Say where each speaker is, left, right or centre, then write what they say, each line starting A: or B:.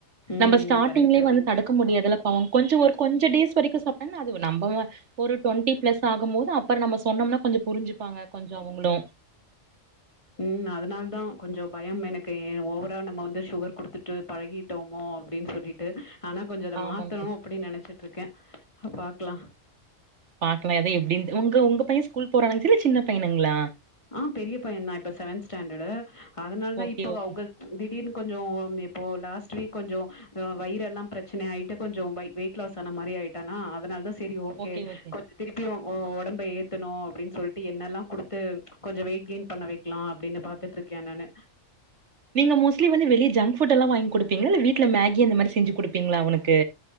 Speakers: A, on the left (about 25°); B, on the right (about 65°).
A: ம்
B: நம்ம ஸ்டாடிங்கள
A: கரெக்ட்டு
B: வந்து தடுக்க முடியாதுல பவோ கொஞ்ச ஒர் கொஞ்ச டேஸ் வரைக்கும் சாப்பிட்டானா அது நம்பம ஒரு டுவெண்டி பிளஸ் ஆகும்போது அப்புற நம்ம சொன்னோம்னா கொஞ்சோ புரிஞ்சுப்பாங்க கொஞ்ச அவங்களு
A: ம் அதனால தான் கொஞ்சோ பயம் எனக்கு ஓவரால் நம்ம வந்து சுகர் குடுத்துட்டு பழகிட்டோமோ அப்டின்னு சொல்லிட்டு ஆனா கொஞ்சோ அத
B: ஆமாங்க
A: மாத்தணு
B: சிஸ்
A: அப்டின்னு நெனைச்சிட்ருக்கே. ஹ பாக்லா.
B: பாக்கலா எது எப்டி உங்க உங்கப் பைய ஸ்கூல் போறானாங் இல்ல சின்ன பையனுங்களா
A: ஆஹ் பெரிய பையன்னா இப்ப செவன்த் ஸ்டாண்டார்டு அதனால தான்
B: ஓகே
A: இப்ப
B: ஓகே
A: அவங்க திடீர்னு கொஞ்சோ அப் இப்போ லாஸ்ட் வீக் கொஞ்ஜோ ஆஹ் வயிரெல்லா பிரச்சன ஆயிட்டு கொஞ்ஜோ வெயிட் லாஸ் ஆன மாதிரி ஆயிட்டான அதனால தா சரி ஓக்கே
B: ஓகே ஓகே
A: கொஞ்ஜோ திருப்பியு ஓ ஒடம்ப ஏத்தணு அப்படின்னு சொல்லிட்டு என்னெல்லா குடுத்து கொஞ்சம் வெயிட் கெயின் பண்ண வைக்கலா அப்படின்னு பாத்துட்ருக்கே நானு
B: நீங்க மோஸ்லி வந்துளிய ஜங்க் ஃபுட்ல்லா வாங்கி கொடுப்பீங்களா இல்ல வீட்டுல மேகி இந்த மாரி செஞ்சு குடுப்பீங்களா அவனுக்கு